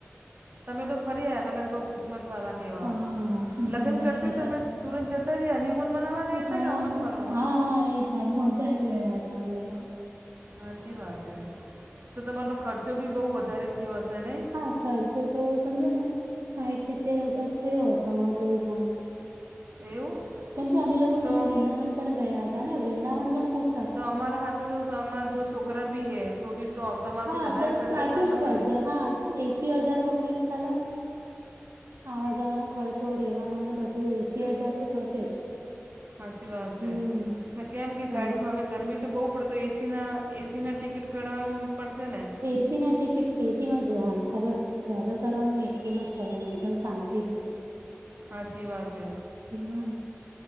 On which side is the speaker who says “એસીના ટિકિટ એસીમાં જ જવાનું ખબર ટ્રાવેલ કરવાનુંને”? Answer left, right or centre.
Right